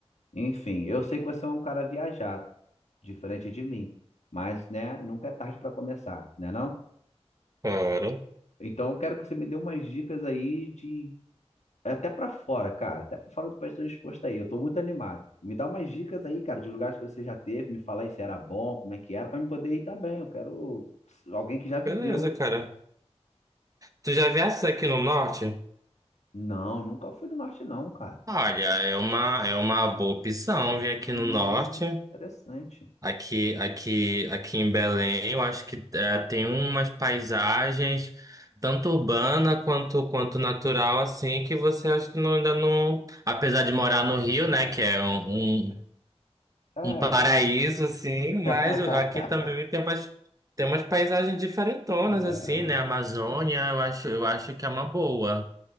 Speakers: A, on the left; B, on the right.
A: Enfim, eu sei que você é um cara viajado, diferente de mim. Mas, né, nunca é tarde pra começar, né não?
B: Claro.
A: Então, eu quero que você me dê umas dicas aí de É até pra fora, cara. Até pra fora do país tô disposto aí. Eu tô muito animado. Me dá umas dicas aí, cara, de lugares que você já teve, me falar aí se era bom, como é que era, pra mim poder ir também. Eu quero alguém que já viveu.
B: Beleza, cara. Tu já viesses aqui no norte?
A: Não, nunca fui do norte, não, cara.
B: Olha, é uma, é uma boa opção vir aqui
A: Hum,
B: no norte.
A: interessante.
B: Aqui, aqui, aqui em Belém, eu acho que eh, tem umas paisagens, tanto urbana quanto, quanto natural, assim, que você acha que não, ainda não. Apesar de morar no Rio, né, que é um, um-
A: É,
B: um paraíso, assim, mas
A: <laughs>
B: aqui também tem umas, tem umas paisagens diferentonas,
A: É,
B: assim, né? Amazônia, eu acho, eu acho que é uma boa.